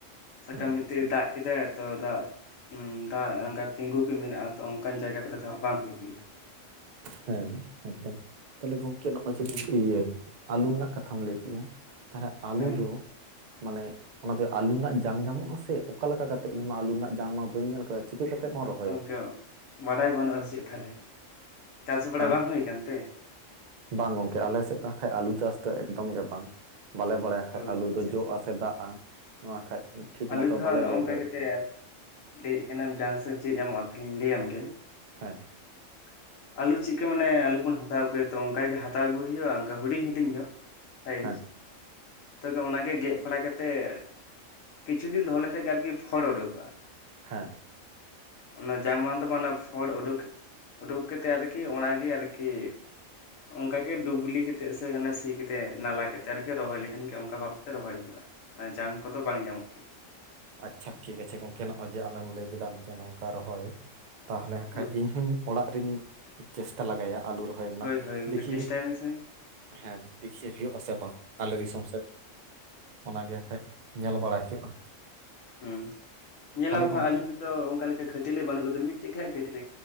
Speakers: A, on the left (about 80°); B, on the right (about 50°).
A: ᱥᱟᱠᱟᱢ
B: ᱟᱪᱪᱷᱟ
A: ᱢᱤᱫᱴᱮᱡ ᱫᱟᱜ ᱠᱮᱫᱟᱭ ᱛᱚ ᱫᱟᱜ ᱫᱟᱜ ᱚᱱᱠᱟ ᱛᱤᱸᱜᱩ ᱜᱮ ᱢᱮᱱᱟᱜᱼᱟ ᱛᱚ ᱚᱱᱠᱟᱱ ᱡᱟᱭᱜᱟ ᱠᱚᱨᱮ ᱫᱚ ᱦᱟᱜ ᱵᱟᱝ ᱦᱩᱭᱩᱜ ᱜᱮᱭᱟ ᱾
B: ᱦᱮᱸ ᱮᱠᱫᱚᱢ ᱛᱟᱦᱞᱮ ᱜᱚᱢᱠᱮ ᱱᱚᱜᱼᱚᱭ ᱡᱮ
A: ᱦᱮᱸ
B: ᱤᱭᱟᱹ ᱟᱞᱩ ᱨᱮᱱᱟᱜ ᱠᱟᱛᱷᱟᱢ ᱞᱟᱹᱭ ᱠᱮᱜᱼᱟ ᱛᱟᱦᱚᱞᱮ ᱟᱞᱩ
A: ᱦᱮᱸ
B: ᱫᱚ ᱢᱟᱱᱮ ᱚᱱᱟᱛᱮ ᱟᱞᱩ ᱨᱮᱱᱟᱜ ᱡᱟᱝ ᱧᱟᱢᱚᱜᱼᱟᱥᱮ ᱚᱠᱟ ᱞᱮᱠᱟ ᱠᱟᱛᱮ ᱤᱧ ᱢᱟ ᱟᱞᱩ ᱨᱮᱱᱟᱜ ᱡᱟᱝ ᱢᱟ ᱵᱟᱹᱧ ᱧᱮᱞ ᱠᱟᱫᱟ ᱪᱤᱠᱟᱹ ᱠᱟᱛᱮᱜ ᱵᱚᱱ ᱨᱚᱦᱚᱭᱟ
A: ᱚᱝᱠᱮ ᱵᱟᱰᱟᱭ ᱵᱟᱹᱱᱩᱜᱼᱟ ᱪᱮᱫ ᱛᱟᱦᱚᱞᱮ? ᱪᱟᱥ ᱵᱟᱲᱟ
B: ᱦᱮᱸ
A: ᱵᱟᱝ ᱦᱩᱭ ᱠᱟᱱᱛᱮ?
B: ᱵᱟᱝ ᱜᱚᱝᱠᱮ ᱟᱞᱮ ᱥᱮᱫ ᱫᱚ ᱠᱷᱟᱱ ᱟᱞᱩ ᱪᱟᱥ ᱫᱚ ᱮᱠᱫᱚᱢ ᱜᱮ ᱵᱟᱝ ᱵᱟᱞᱮ ᱵᱟᱲᱟᱭᱟ ᱾ ᱠᱷᱟᱱ
A: ᱚ
B: ᱟᱹᱞᱩ
A: ᱟᱪᱪᱷᱟ
B: ᱫᱚ ᱡᱚᱜ
A: ᱟᱪᱪᱷᱟ
B: ᱟ ᱥᱮ ᱫᱟᱜᱼᱟ ᱱᱚᱣᱟ ᱠᱷᱟᱡ ᱴᱷᱤᱠ
A: ᱟᱞᱮ
B: ᱢᱚᱛᱚ
A: ᱫᱚ ᱦᱟᱸᱜ
B: ᱵᱟᱞᱮ
A: ᱱᱚᱜᱼ
B: ᱞᱟᱹᱭ
A: ᱱᱚᱝᱠᱟ
B: ᱫᱟᱲᱮᱜ
A: ᱠᱟᱛᱮ
B: ᱠᱟᱱᱟ
A: ᱞᱟᱹᱭᱮᱫ ᱠᱟᱱᱟ ᱡᱟᱝ ᱥᱮ ᱪᱮᱫ ᱧᱟᱢᱚᱜᱼᱟ ᱛᱟᱦᱚᱞᱮᱧ ᱞᱟᱹᱭᱟᱢ ᱜᱮ
B: ᱦᱮᱸ ᱾
A: <inaudible> ᱟᱞᱩ ᱪᱮᱜ ᱠᱟ ᱢᱟᱱᱮ ᱟᱞᱩ ᱵᱚᱱ ᱦᱟᱛᱟᱣ ᱟᱜᱩᱭᱟ ᱛᱚ ᱚᱱᱠᱟ ᱜᱮ ᱦᱟᱛᱟᱣ ᱟᱹᱜᱩᱭ ᱦᱩᱭᱩᱜᱼᱟ ᱚᱱᱠᱟ ᱦᱩᱰᱤᱧ ᱦᱩᱰᱤᱧ ᱧᱚᱜ ᱥᱟᱭᱤᱡ
B: ᱦᱮᱸ
A: ᱛᱚᱵᱮ ᱚᱱᱟᱜᱮ ᱜᱮᱫ ᱯᱟᱲᱟᱜ ᱠᱟᱛᱮᱫ ᱠᱤᱪᱷᱩ ᱫᱤᱱ ᱫᱚᱦᱚ ᱞᱮᱠᱷᱟᱡ ᱜᱮ ᱟᱨᱠᱤ ᱯᱷᱚᱲ ᱩᱰᱩᱠᱚᱜᱼᱟ ᱾
B: ᱦᱮᱸ ᱾
A: ᱚᱱᱟ ᱡᱟᱝ ᱢᱟᱝ ᱫᱚ ᱵᱟᱝ ᱚᱱᱟ ᱯᱷᱚᱲ ᱩᱰᱩᱠ ᱩᱰᱩᱠ ᱠᱟᱛᱮᱜ ᱟᱨᱠᱤ ᱚᱱᱟᱜᱮ ᱟᱨᱠᱤ ᱚᱱᱠᱟ ᱜᱮ ᱰᱩᱵᱞᱤ ᱠᱟᱛᱮᱜ ᱥᱮ ᱥᱤ ᱠᱟᱛᱮ ᱱᱟᱞᱟ ᱠᱟᱛᱮᱜ ᱟᱨᱠᱤ ᱨᱚᱦᱚᱭ ᱞᱮᱠᱷᱟᱱᱜᱤ ᱚᱱᱠᱟ ᱵᱷᱟᱵᱛᱮ ᱨᱚᱦᱚᱭ ᱼᱟ ᱡᱟᱝ ᱠᱚᱫᱚ ᱵᱟᱝ ᱧᱟᱢᱚᱜ ᱜᱮᱭᱟ
B: ᱟᱪᱪᱷᱟ ᱴᱷᱤᱠ ᱟᱪᱷᱮ ᱜᱚᱢᱠᱮ ᱱᱚᱜᱼᱚᱭ ᱡᱮ ᱟᱢᱮᱢ ᱞᱟᱹᱭ ᱠᱮᱫᱟ ᱡᱮ ᱱᱚᱝᱠᱟ ᱨᱚᱦᱚᱭ ᱛᱟᱦᱚᱞᱮ ᱟᱜᱠᱷᱟᱡ
A: ᱦᱳᱭ
B: ᱤᱧᱦᱚᱧ ᱚᱲᱟᱜ ᱨᱤᱧ ᱪᱮᱥᱴᱟ ᱞᱮᱟᱜᱟᱭᱟ ᱟᱹᱞᱩ ᱨᱚᱦ ᱦᱚᱭ ᱨᱮᱱᱟᱜ
A: ᱦᱳᱭ ᱦᱳᱭ ᱜᱚᱝᱠᱮ
B: ᱫᱮᱠᱷᱤ
A: ᱪᱮᱥᱴᱟᱭ ᱢᱮᱥᱮ
B: ᱦᱮᱸ ᱫᱮᱠᱷᱤ ᱦᱩᱭᱩᱜ ᱟᱥᱮ ᱵᱟᱝ ᱟᱞᱮ ᱫᱤᱥᱚᱢ ᱥᱮᱫ ᱾ ᱚᱱᱟᱜᱮ ᱟᱜᱠᱷᱟᱡ ᱧᱮᱞ ᱵᱟᱲᱟᱭᱼᱟ ᱾
A: ᱦᱩᱸ ᱧᱮᱞᱟᱢ ᱦᱟᱸᱜ
B: ᱜᱚᱢᱠᱮ
A: ᱟᱞᱩ ᱛᱚ ᱚᱱᱠᱟ ᱞᱮᱠᱟ ᱠᱷᱟᱹᱴᱟᱞᱤ ᱵᱟᱹᱱᱩᱜ ᱠᱟᱫᱟ ᱢᱤᱫᱴᱮᱡ ᱜᱮ ᱦᱟᱸᱜ ᱠᱷᱟᱹᱴᱞ